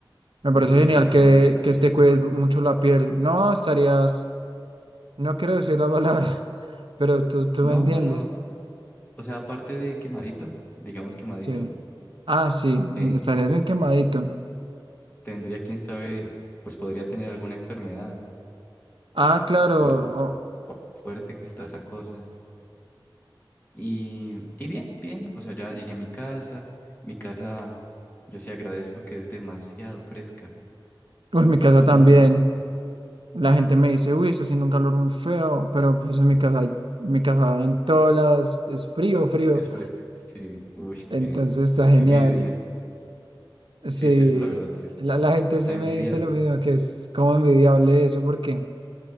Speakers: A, on the right (about 75°); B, on the left (about 20°).
A: Me
B: Uy,
A: parece
B: sí,
A: genial
B: porque si
A: que,
B: no estaría.
A: que te cuides mucho la piel. No estarías, no quiero decir la palabra, <laughs> pero tú, tú
B: No,
A: me entiendes.
B: no. O sea, aparte de quemadito, digamos quemadito,
A: Sí. Ah, sí, mm,
B: eh,
A: estarías bien
B: <laughs>
A: quemadito.
B: tendría, quién sabe, pues podría tener alguna enfermedad,
A: Ah, claro,
B: por
A: o-
B: fuerte que está esa cosa. Y, y bien, bien. O sea, ya llegué a mi casa. Mi casa, yo sí agradezco que es demasiado fresca.
A: pues en mi casa
B: Es
A: también.
B: muy, muy.
A: La gente me dice, uy, está haciendo un calor muy feo, pero pues en mi casa, mi casa en todos lados es frío, frío.
B: Es fresco, sí, uy,
A: Entonces
B: qué,
A: está
B: qué
A: genial.
B: envidia.
A: Sí,
B: Sí, eso la verdad sí está,
A: la, la gente
B: está
A: sí
B: envidiable.
A: me dice lo mismo, que es como envidiable eso, porque...